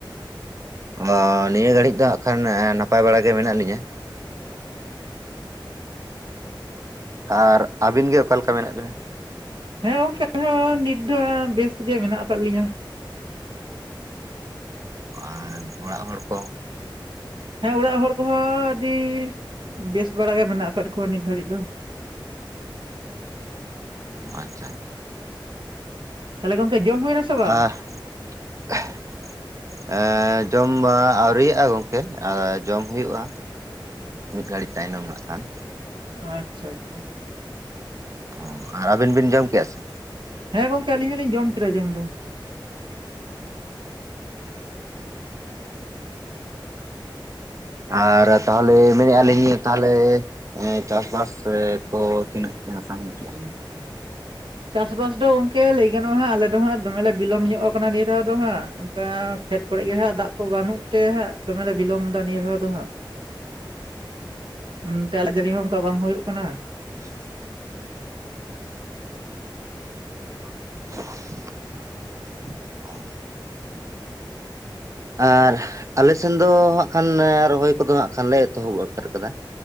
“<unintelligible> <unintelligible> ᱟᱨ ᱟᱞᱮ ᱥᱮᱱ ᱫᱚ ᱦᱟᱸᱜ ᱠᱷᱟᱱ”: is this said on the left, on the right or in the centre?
Right